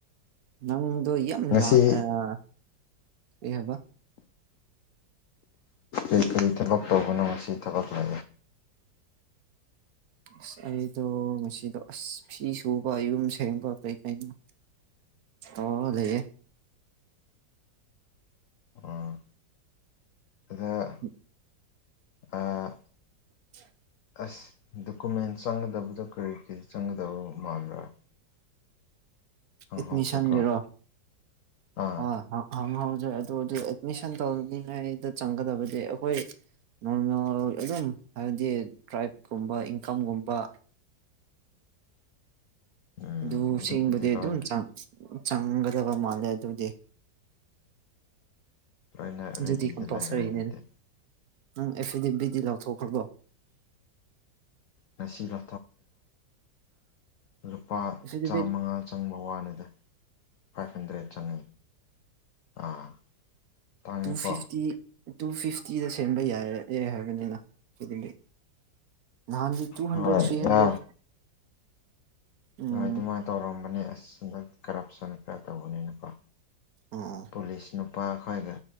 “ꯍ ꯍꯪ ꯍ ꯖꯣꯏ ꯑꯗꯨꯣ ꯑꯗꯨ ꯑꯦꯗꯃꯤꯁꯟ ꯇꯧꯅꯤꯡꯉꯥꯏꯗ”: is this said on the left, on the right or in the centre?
Right